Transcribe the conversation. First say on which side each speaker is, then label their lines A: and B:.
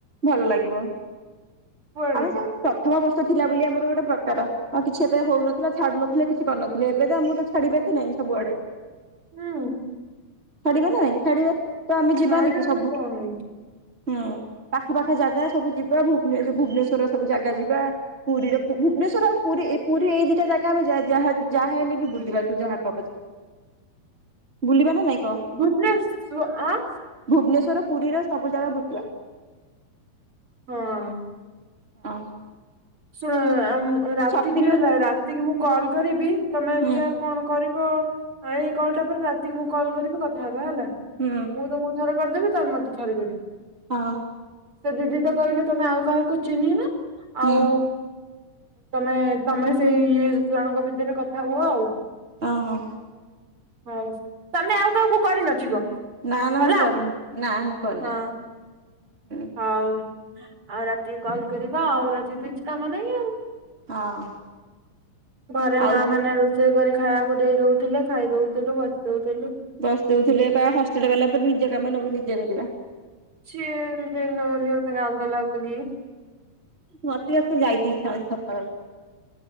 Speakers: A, on the right; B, on the right.
A: ଭଲ ଲାଗିବ
B: କୁଆଡେ
A: ଆମେ ସେ ପ୍ରଥମ ବର୍ଷ ଥିଲା ବୋଲି ଆମର ଗୋଟେ ପ୍ରକାର। ଆଉ କିଛି ଏତେ ହଉନଥିଲା ଛାଡୁ ନଥିଲେ କିଛି କରିନଥୁଲେ ଏବେ ତ ଆମକୁ ତ ଛାଡିବେ କି ନାହିଁ ସବୁଆଡେ।
B: ହୁଁ।
A: ଛାଡିବେ ନା ନାଇଁ ଛାଡିବେ ତ ଆମେ ଯିବାନି
B: ଛାଡିବନି
A: କି ସବୁ।
B: କଣ ହେଇଛି
A: ହୁଁ ପାଖ ପାାଖ ଜାଗା ସବୁ ଯିବା ଭୁବନ ଭୁବନେଶ୍ଵରର ସବୁ ଜାଗା ଯିବା। ପୁରୀର ଭୁବନେଶ୍ୱର ଆଉ ପୁରୀ ପୁରୀ ଏ ଦିଟା ଜାଗା ଆମେ ଯ ଯାହା ଯାହା ହେଲେ ବି ବୁଲିବା ତୁ ଯାହା କହ ପଛେ। ବୁଲିବ ନା ନାଇଁ କ।
B: ବୁବନେ ସ ଆଁ।
A: ଭୁବନେଶ୍ୱର ପୁରୀରେ ସବୁ ଜାଗା ବୁଲିବା।
B: ହଁ।
A: ହଉ।
B: ଶୁଣ ରାତି
A: ସପିଂ
B: କିି ହେଲା
A: କରି
B: ରାତିକି ମୁଁ କଲ କରିବି ତମେ ଅବିକ।
A: ହୁଁ
B: କଣ କରିବ ଏଇ କଲଟା ପରେ ରାତି ମୁଁ କଲ କରିବି କଥା ହେବା ହେଲା।
A: ହୁଁ।
B: ମୁଁ ତମକୁ ଥରେ କରିଦେବି ତମେ ମତେ ଥରେ କରିବ।
A: ହଁ।
B: ସେ ଦିଦି ତ କହିଲେ ତମେ ଆଉ କାହାକୁ ଚିଁହିନ
A: ହୁଁ
B: ଆଉ ତମେ ତମେ ସେଇ ଇଏସ୍ ଜଣଙ୍କ ଭିତରେ କଥା ହୁଅ ଆଉ।
A: ଓଁ ହୋ।
B: ହଉ ତମେ ଆଉ କାହାକୁ କରିନଥିବ।
A: ନା ନା
B: ହେଲା
A: ମୁଁ କରିନି ନା ମୁଁ କରିନି।
B: ହଁ
A: ହୁଁ
B: ହଉ ଆଉ ରାତିକି କଲ କରିବା ଆଉ ରାତିକି ତ କିଛି କାମ ନାହିଁ ଆଉ।
A: ହଁ
B: ଘରେ
A: ଆଉ
B: ମା ମାନେ ରୋ ରୋଷେଇ କରି ଖାଇବାକୁ ଦେଇ ଦଉଥିଲେ ଖାଇ ଦଉଥିଲୁ ବସି ଦଉଥିଲୁ।
A: ବାସ ଦଉଥିଲେ ବା ହଷ୍ଟେଲ ବାଲା ଏଥର ନିଜ କାମ ସବୁ ନିଜେ କରିବା
B: ସିଏ ନଉନି ଗୋଟେ ମତେ ନାଉ କଲା ବୋଲି
A: ମତେ ଆଉ ସେ ଯାଇତେ ଇଛା ହଉନି ସତ କଥା